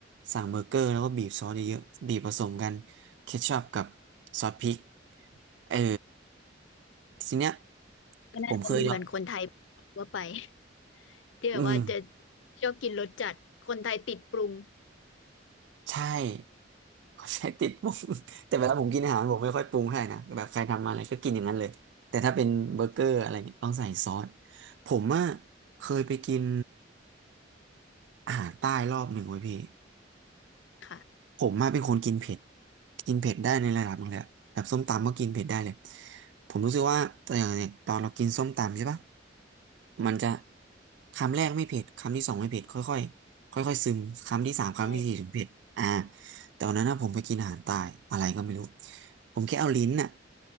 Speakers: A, on the right (about 65°); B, on the left (about 80°).
A: สั่งเบอร์เกอร์แล้วก็บีบซอสเยอะๆบีบผสมกันเคชัพกับซอสพริกเออทีเนี้ย
B: ก็น่าจะเหมือนคนไทย
A: ผมเคยลอง
B: ทั่วไป <laughs> ที่แบบว่าจะ
A: อืม
B: ชอบกินรสจัดคนไทยติดปรุง
A: ใช่ <laughs> ขใช้ติดปรุง <laughs> แต่เวลาผมกินอาหารผมไม่ค่อยปรุงให้นะแบบใครทำมาอะไรก็กินอย่างนั้นเลยแต่ถ้าเป็นเบอร์เกอร์อะไรเนี่ยต้องใส่ซอสผมอ่ะเคยไปกินอาหารใต้รอบหนึ่งไว้ยพี่
B: ค่ะ
A: ผมมาเป็นคนกินเผ็ดกินเผ็ดได้ในระดับหนึงเลยอะแบบส้มตำก็กินเผ็ดได้เลยผมรู้สึกว่าแต่อย่างเนี่ยตอนเรากินส้มตำใช่ปะ มันจะคำแรกไม่เผ็ดคำที่สองไม่เผ็ดค่อยๆค่อยๆซึมคำที่สามคำที่สี่ถึงเผ็ดอ่า
B: ใช่
A: แต่วันนั้นนะผมไปกินอาหารใตายอะไรก็ไม่รู้ผมแค่เอาลิ้นน่ะ